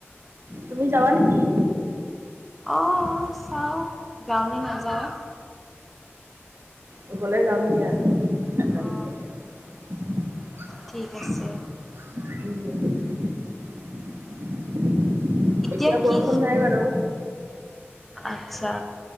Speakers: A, on the right; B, in the centre.
A: তুমি যাবা নেকি
B: অঁ চাওঁ যাওঁ নাযাওঁ।
A: ফুৰিবলে যাম দিয়া সকাৰণ
B: অ
A: <unintelligible>
B: ঠিক আছে।
A: উম'
B: এতিয়া কি
A: বৰষুণ নাই বাৰু।
B: আচ্ছা।